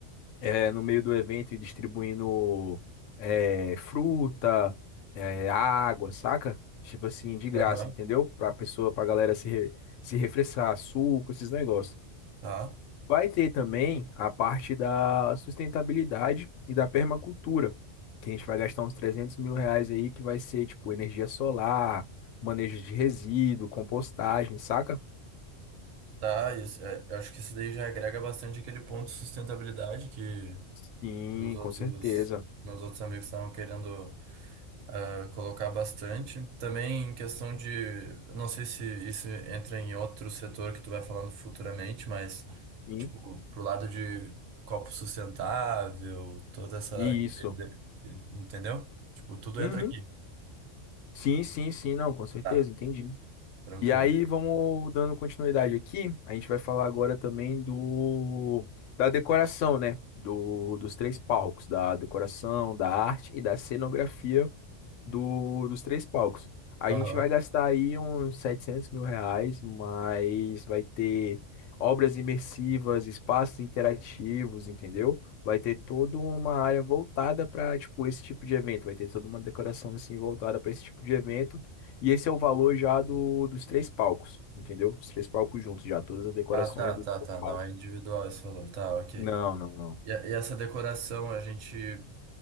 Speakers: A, on the left; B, on the right.
A: é, no meio do evento e distribuindo é, fruta, é, água, saca? Tipo assim, de graça,
B: Aham.
A: entendeu? Pra pessoa, pra galera se, re- se refrescar, suco, esses negócios.
B: Tá.
A: Vai ter também a parte da sustentabilidade e da permacultura, que a gente vai gastar uns trezentos mil reais aí, que vai ser tipo energia solar, manejo de resíduo, compostagem, saca?
B: Tá, isso, é, eu acho que isso daí já agrega bastante aquele ponto de sustentabilidade que
A: Sim,
B: os outros,
A: com certeza.
B: meus outros amigos estavam querendo ah, colocar bastante. Também em questão de, não sei se isso entra em outro setor que tu vai falando futuramente, mas
A: Sim,
B: tipo, pro lado de copo sustentável, toda essa,
A: isso.
B: aquele- entendeu? Tipo, tudo
A: Uhum.
B: entra aqui.
A: Sim, sim, sim, não, com certeza,
B: Tá,
A: entendi.
B: tranquilo.
A: E aí, vamos dando continuidade aqui. A gente vai falar agora também do da decoração, né? Do, dos três palcos, da decoração, da arte e da cenografia do, dos três palcos. A
B: Aham.
A: gente vai gastar aí uns setecentos mil reais, mas vai ter obras imersivas, espaços interativos, entendeu? Vai ter toda uma área voltada para, tipo, esse tipo de evento. Vai ter toda uma decoração, assim, voltada para esse tipo de evento. E esse é o valor já do, dos três palcos, entendeu? Os três palcos juntos já, todas as decorações
B: Ah, tá,
A: dos
B: tá,
A: três
B: tá,
A: palcos.
B: não é individual esse valor, tá, ok.
A: Não, não, não.
B: E, a- e essa decoração, a gente,